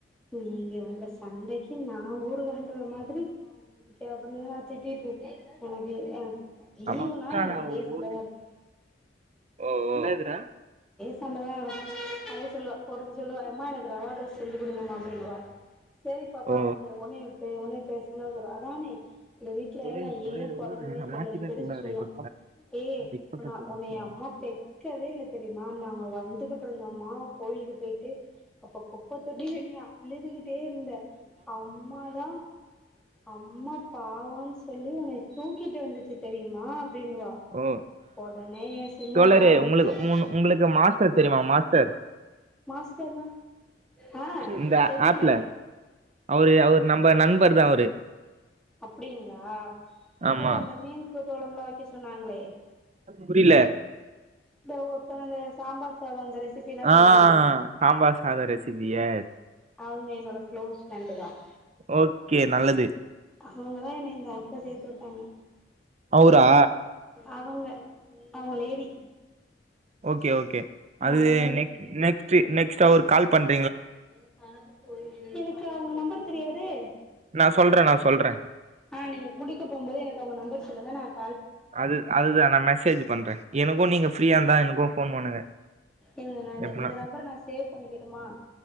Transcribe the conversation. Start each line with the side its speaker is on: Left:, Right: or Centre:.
Centre: நீங்க உங்க சண்டைக்கு நா ஊறுகா ட்டுற மாதிரி அப்பட திட்டிட்டு இருக்கே எனக்கு லீவுனா
Right: <unintelligible>
Centre: எனக்கு இதே சண்டதா இருக்கு
Right: ஓ ஓ என்னது டா
Centre: சண்ட தா நடக்கு அதா சொல்லுவா ஒருத்தி சொல்லுவா ரவா தோசை செஞ்சு குடுங்கம்மா அப்பின்னுவா சரி பாப்பா
Right: ஓ
Centre: அப்படின்னு சொ ஓடனே ஒன்ன பேசுனா கூட அதானே இந்த வீட்டுல
Right: ஒரே
Centre: நான்
Right: நிமிஷோ ஒரே
Centre: ஏன்
Right: நிமிஷோ
Centre: பொறந்தனே தெரியலன்னு
Right: மாத்தி பேச
Centre: பெருசு
Right: கூடாதுடா
Centre: சொல்லும்
Right: இப்ப
Centre: ஏ்
Right: இப்ப
Centre: உ
Right: கத்துடா
Centre: உன்னைய அம்மா பெக்கவே இல்ல தெரியுமா நாங்க வந்துகிட்டு இருந்தோம்மா ஆ கோயிலுக்கு போயிட்டு அப்ப குப்ப தொடில நீ பிள்ளையை தூக்கிட்டு இருந்துட்டே இருந்த அம்மாதான் அம்மா பாவம்ன்னு சொல்லி உன்னைய தூக்கிட்டு வந்துச்சு தெரியுமா அப்படின்னுவா
Right: ஓ!
Centre: உடனே என் சின்னது
Right: தோழரே
Centre: ஆரம்பிச்சிரு
Right: உங்களுக்கு உ உங்களுக்கு மாஸ்டர் தெரியுமா மாஸ்டர்
Centre: மாஸ்டர்னா ஆ
Right: இந்த
Centre: தெரியும்
Right: அவரு அவர் நம்ம நண்ப பர் தான் அவரு
Centre: அப்படிங்களா
Right: ஆமா.
Centre: ஓ அந்த மீன் லாம் வைக்க சொன்னாங்களே
Right: புரியல.
Centre: இந்த ஒருத்தன் இந்த சாம்பார் அது அந்த ப்ப
Right: ஆ
Centre: சொன்னாங்களே
Right: சாம்பார் சாதம் ரெசிபி எஸ்.
Centre: அதுங்க என்னோட களோஸ் ண தான்
Right: ஓகே நல்லது.
Centre: அவங்கதான் என்ன இந்த ஆப்ப சேத்து விட்டாங்க
Right: அவுரா
Centre: அவங்க அவங்க லேடி
Right: ஓகே ஓகே
Centre: அவங்கதா
Right: அது நெக் நெக்ஸ்ட் நெக்ஸ்ட் அவர்க்கு கால் பண்ண
Centre: ம் அனம் எனக்கு அவங்க நம்பர் தெரியாதே
Right: நான் சொல்றேன், நான் சொல்றேன்.
Centre: நீங்க முடிக்க போம்போது எனக்கு அவங்க நம்பர் சொல்லுங்க நான்
Right: அது அதுதான் நான் மெசேஜ் பண்றேன் எனக்கும் நீங்க ஃபிரியா இருந்தா எனக்கும் போன் பண்ணுங்க
Centre: இல்ல நா இந்த
Right: எப்பன
Centre: இந்த நம்பர நா சேவ் பண்ணிக்கட்டுமா